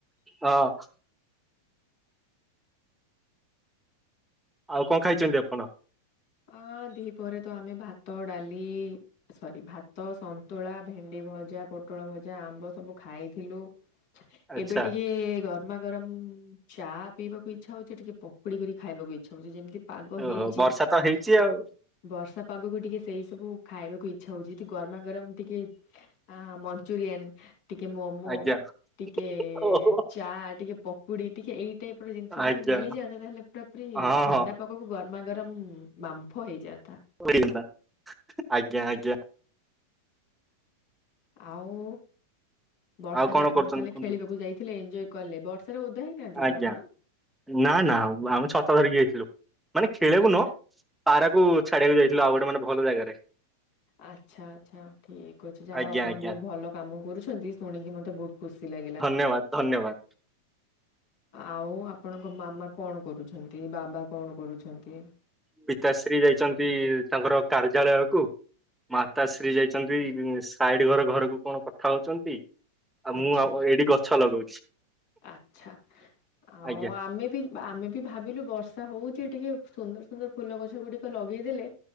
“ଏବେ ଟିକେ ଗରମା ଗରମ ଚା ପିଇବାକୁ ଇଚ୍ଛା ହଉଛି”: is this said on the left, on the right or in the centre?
Left